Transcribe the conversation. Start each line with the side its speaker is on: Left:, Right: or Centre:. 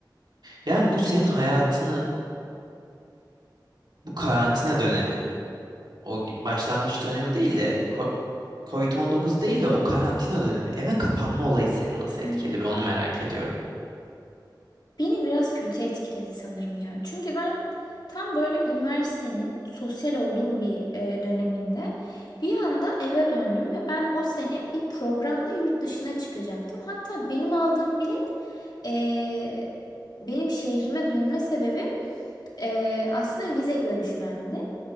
Right: Yani bu senin hayatını bu karantina dönemi O gi- başlangıç dönemi değil de ko- covid on dokuz değil de o karantina dönemi eve kapanma olayı seni nasıl etkiledi?
Left: Hı hı.
Right: Ben onu merak ediyorum.
Left: Beni biraz kötü etkiledi sanırım ya. Çünkü ben tam böyle üniversitenin sosyal olduğum bir e, döneminde bir anda eve döndüm ve ben o sene bir programla yurt dışına çıkacaktım. Hatta benim aldığım bilet e, benim şehrime dönme sebebi e, aslında vize görüşmemdi.